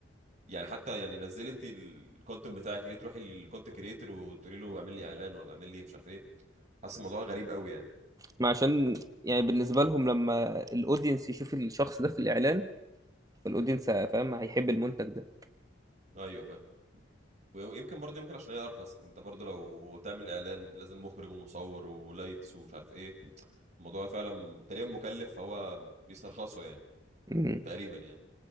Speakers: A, on the right (about 40°); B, on the right (about 20°).
A: يعني حتى يعني نزلي انت الكونتنت بتاعك ليه تروحي الكونتنت كريتور وتقولي له اعمل لي اعلان ولا اعمل لي مش عارف ايه حاسس الموضوع غريب قوي يعني
B: ما عشان يعني بالنسبه لهم لما الاودينس يشوف الشخص ده في الاعلان فالاودينس فاهم هيحب المنتج ده
A: ايوه فاهم ويمكن برضه يمكن عشان هي ارخص انت برضه لو تعمل اعلان لازم مخرج ومصور ولايتس ومش عارف ايه الموضوع فعلا تقريبا مكلف فهو بيسترخصه يعني
B: مم.
A: تقريبا يعني